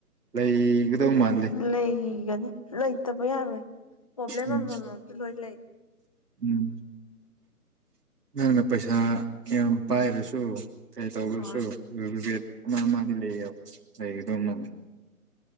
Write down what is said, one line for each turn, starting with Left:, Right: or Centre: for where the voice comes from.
Right: ꯂꯩꯒꯗꯧ ꯃꯥꯜꯂꯦ
Left: ꯂꯩꯒꯅꯤ ꯂꯩꯇꯕ ꯌꯥꯔꯣꯏ ꯄ꯭ꯔꯣꯕ꯭ꯂꯦꯝ
Right: ꯎꯝ
Left: ꯑꯃꯃꯝꯗꯤ ꯂꯣꯏ ꯂꯩ
Right: ꯎꯝ ꯅꯪꯅ ꯄꯩꯁꯥ ꯌꯥꯝ ꯄꯥꯏꯔꯁꯨ ꯀꯩ ꯇꯧꯔꯁꯨ
Left: ꯍꯣꯏ
Right: ꯔꯤꯒ꯭ꯔꯦꯠ ꯑꯃ ꯑꯃꯗꯤ ꯂꯩꯌꯦ ꯂꯩꯒꯗꯧ ꯃꯥꯜꯂꯤ ꯎꯝ